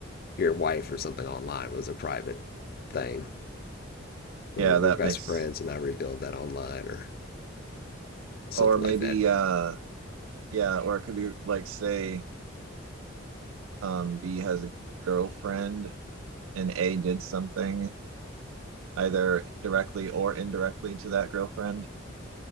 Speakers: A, on the left; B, on the right.
A: your wife or something online. It was a private thing. Or
B: Yeah,
A: we're
B: that
A: best
B: makes,
A: friends, and I revealed that online or something
B: or maybe,
A: like that.
B: uh, yeah, or it could be like, say, um, B has a girlfriend and A did something either directly or indirectly to that girlfriend,